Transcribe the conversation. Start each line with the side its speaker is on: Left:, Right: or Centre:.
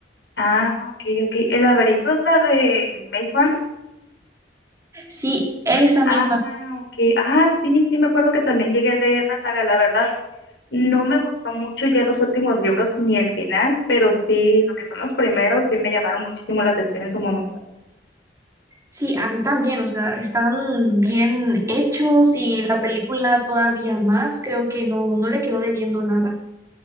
Left: Ah, ok, ok. ¿El laberinto es la de Maze Runner?
Right: Sí, esa
Left: Ah,
Right: misma.
Left: ok. Ah, sí, sí, me acuerdo que también llegué a leer la saga, la verdad. No me gustó mucho ya los últimos libros ni el final, pero sí, lo que son los primeros sí me llamaron muchísimo la atención en su momento.
Right: Sí, a mí también, o sea, están bien hechos y la película todavía más, creo que no, no le quedó debiendo nada.